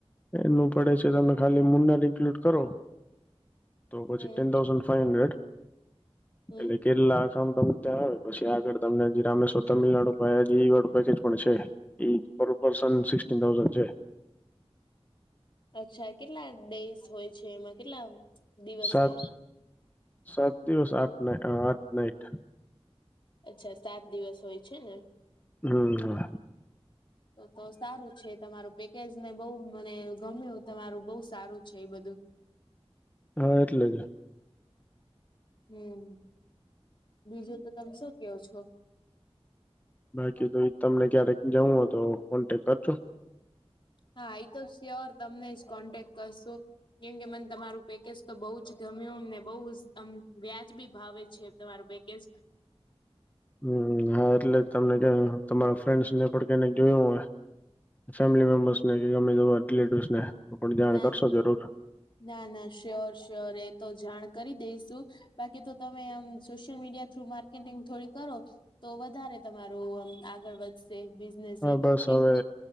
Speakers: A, on the left; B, on the left.
A: એનું પડે છે તમે ખાલી મુંડર ઇન્ક્લુડ કરો તો પછી
B: હમ
A: ટેન થાઉઝન્ડ ફાઈવ હડ્રેડ
B: હમ
A: એટલે કેરલા આખામ તમે ત્યાં આવે પછી આગળ તમને જ રામે તમિલનાડુ પાયા જી વાળું પેકેજ પણ છેઈ પર પર્સન સિક્ન થાઉઝન્ડ છે.
B: અચ્છા કેટલા ડેઇસ હોય છે એમાં કેટલા દિવસ
A: સાત
B: હોય
A: સાત દિવસ આઠ ના આઠ નાઈટ
B: અચ્છા સાત દિવસ હોય છે ને
A: હમ્મ
B: તો તો સારું છે તમારું પેકેજ ને બહુ મને ગમ્યું તમારું બહુ સારું છે એ બધું.
A: હા એટલે જ
B: હમ બીજું તો તમે શું કયો છો.
A: બાકી તો તમને ક્યારેક જઉ હો તો કોન્ટેક કરજો.
B: હા એ તો સ્યોર તમને જ કોન્ટેક્ટ કરશુ. કેમ કે મને તમારું પેકેજ તો બહુ જ ગમ્યુંને બહુજ વ્યાજબી ભાવે છે. તમારું પેકેજ
A: હમ હા એટલે તમને ત્યાં તમારા ફ્રેન્ડસ ને પણ કને જોયું હો ફેમિલી મેબર્સને કે ગમે જવા રિલેટિવસ ને તો પણ જાણ
B: ના
A: કરશો જરૂર
B: ના ના સ્યોર સ્યોર એ તો જાણ કરી દઈશું. બાકી તો તમે આમ સોશિયલ મીડિયા થુ માર્કેટિંગ થોડી કરો તો વધારે તમારું આમ આગળ વધશે. બિઝનેસ
A: હા
B: ઈ.
A: બસ
B: એમ
A: હવે